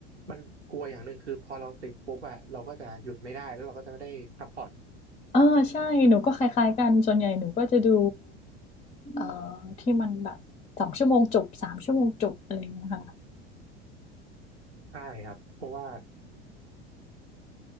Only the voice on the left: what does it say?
เออใช่หนูก็คล้ายๆกันส่วนใหญ่หนูก็จะดูเอ่อที่มันแบบสองชั่วโมงจบสามชั่วโมงจบอะไรอย่างเงี้ยค่ะ